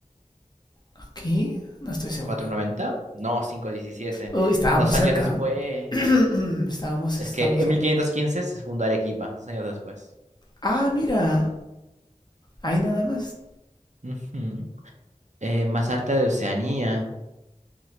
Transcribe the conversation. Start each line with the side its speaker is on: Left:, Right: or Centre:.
Left: aquí. No estoy seguro.
Right: ¿490? No, 517.
Left: Uy, estábamos
Right: Dos
Left: cerca.
Right: años después.
Left: ¿eh? <clears throat> estábamos,
Right: Es
Left: estábamos
Right: que en
Left: cerca.
Right: 1515 se fundó Arequipa, dos años después.
Left: Ah, mira. Ahí nada más.
Right: Ujú. Eh, más alta de Oceanía.